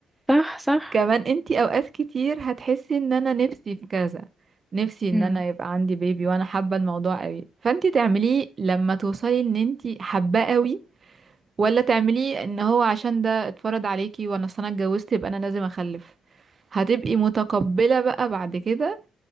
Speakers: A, in the centre; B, on the right.
A: صح صح
B: كمان انتي اوقات كتير هتحسي ان انا نفسي في كذا نفسي ان
A: امم
B: انا يبقى عندي بيبي وانا حابة الموضوع قوي فانتي تعمليه لما توصلي ان انتي حباه قوي ولا تعمليه ان هو عشان ده اتفرض عليكي وانا أصل انا اتجوزت يبقى انا لازم اخلف هتبقي متقبلة بقى بعد كده